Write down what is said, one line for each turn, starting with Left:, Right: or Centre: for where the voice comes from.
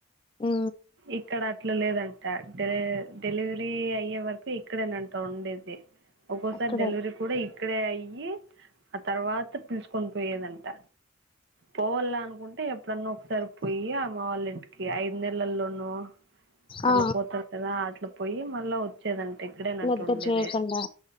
Left: ఉ
Right: ఇక్కడ అట్లా లేదండి ట ఆ డెలివరీ అయ్యే వరకు ఇక్కడే నాతో ఉండిద్దీ ఒక్కోసారి
Left: అక్కడే
Right: డెలివరీ కూడా ఇక్కడే అయ్యి ఆ తర్వాత పిలుచుకొని పోయేదంట పోవాలన్న అనుకుంటే ఎప్పుడన్నా ఒకసారి పోయి అమ్మ వాళ్ళ ఇంటికి ఐదు నెలల్లోనూ అట్లా
Left: ఆ
Right: పోతారు కదా అట్లా పోయి మళ్ళా వచ్చేదంట ఇక్కడేనంట
Left: నిద్ర
Right: ఉండేది
Left: చేయకుండా